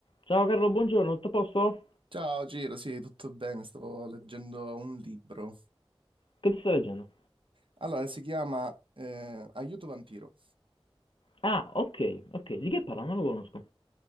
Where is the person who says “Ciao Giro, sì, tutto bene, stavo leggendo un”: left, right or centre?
Right